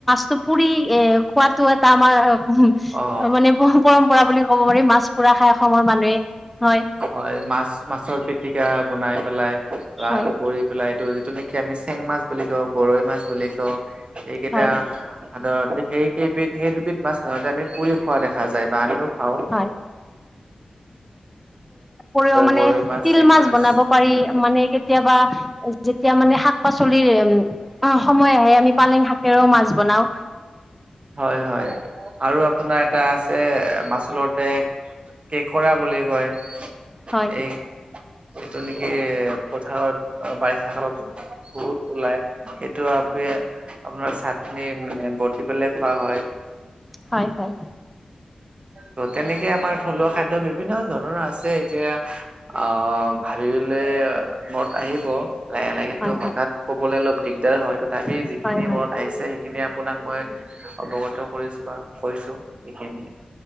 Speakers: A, in the centre; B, on the right.
A: পুৰী এ খোৱাটো এটা আমাৰ, উমঁ
B: অ
A: মানে পৰম্পৰা বুলি ক'ব পাৰি মাছ ফুৰা খাই অসমৰ মানুহে হয়ঁ।
B: হয়ঁ মাছ মাছৰ পিতি বনাই পেলাই ৰা
A: হয়
B: কৰি। পলাই এইটো যিটো নেকি আমি চেং মাছ বুলি কওঁ গৰৈ মাছ বুলি কওঁ সেইকেইটা-
A: হয়
B: সাধাৰতে সেইকেইবিধ সেই দুবিধ মাছ সাধাৰণতে আমি পুৰি খোৱা দেখা যায় বা আমিও খাওঁ।
A: হয় উপৰিও মানে
B: গৰৈ
A: তিল
B: চেং
A: মাছ বনাব পাৰি
B: উম
A: মানে- কেতিয়াবা যেতিয়া মানে শাক পাচলিৰ উমঁ সময় আহে আমি- পালেং শাকেৰেও মাছ বনাওঁ।
B: হয়ঁ হয়ঁ আৰু আপোনাৰ। এটা আছে মাচলৰতে কেঁকৰা বুলি কয়।
A: হয়ঁ।
B: এই এইটো নেকি পথাৰত বাৰিষা কালত- বহুত ওলাই সেইটো আমি আপোনাৰ চাটনি মানে বটি পেলাই খোৱা হয়।
A: হঁয় হয়ঁ!
B: ত তেনেকে আমাৰ থলুৱা খাদ্য বিভিন্ন ধৰণৰ আছে এতিয়া। আহ ভাবিলে মনত আহিব। লাহে লাহে কিন্তু
A: হয়
B: হঠাৎ কবলৈ অলপ দিগদাৰ হয় তথাপি
A: হয়
B: যিখিনি
A: হয় হয়
B: মনত আহিছে সেইখিনি- আপোনাক মই অৱগত কৰিছো বা কৈছো এইখিনি।